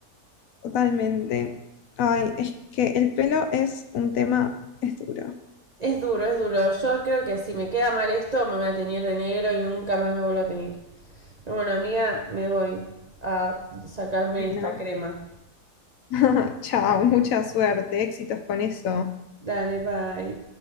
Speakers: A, on the left (about 70°); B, on the right (about 45°).
A: Totalmente. Ay, es que el pelo es un tema, es duro.
B: Es duro, es duro. Yo creo que si me queda mal esto, me voy a teñir de negro y nunca más me vuelvo a teñir. Pero bueno, amiga, me voy a sacarme esta
A: No.
B: crema.
A: <laughs> Chao, mucha suerte, éxitos con eso.
B: Dale, bye.